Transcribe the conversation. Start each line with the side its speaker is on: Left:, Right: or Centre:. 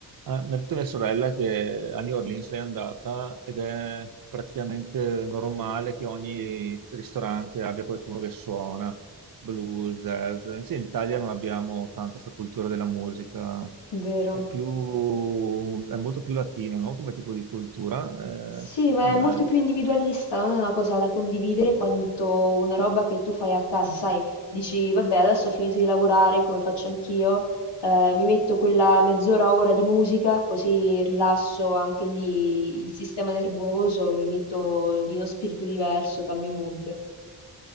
Right: Ah, mi ha detto mia sorella che a New Orleans lei è andata ed è praticamente normale che ogni ristorante abbia qualcuno che suona blues, jazz. Invece in Italia non abbiamo tanto questa cultura della musica,
Left: vero.
Right: è più, è molto più latino, no? Come tipo di cultura.
Left: Sì,
Right: Eh,
Left: ma
Right: a
Left: è
Right: me.
Left: molto più individualista, non è una cosa da condividere quanto una roba che tu fai a casa, sai, dici, vabbè, adesso ho finito di lavorare, come faccio anch'io, eh, mi metto quella mezz'ora, ora di musica, così rilasso anche lì il sistema nervoso, mi metto di uno spirito diverso, cambio mood.